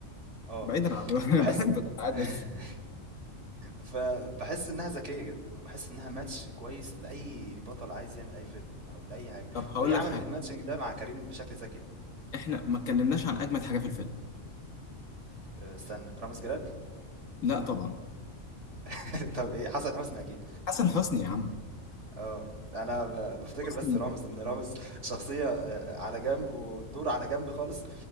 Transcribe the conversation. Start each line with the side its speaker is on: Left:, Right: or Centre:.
Right: اه
Left: بعيدا عن <laughs> انا
Right: وبحس
Left: بحب غادة عادل
Right: <laughs> فبحس انها ذكيه جدا وبحس انها ماتش كويس لاي بطل عايز يعمل اي فيلم او لاي حاجه
Left: طب هقول
Right: وهي عملت
Left: لك حاجه
Right: الماتشنج ده مع كريم بشكل ذكي
Left: احنا ما اتكلمناش عن اجمد حاجه في الفيلم
Right: أه، استنى رامز جلال
Left: لا طبعا
Right: <laughs> طب ايه حسن حسني اكيد
Left: حسن حسني يا عم
Right: آه، أنا ب بافتكر
Left: حسني
Right: بس رامز إن رامز شخصية آآ على جنب والدور على جنب خالص،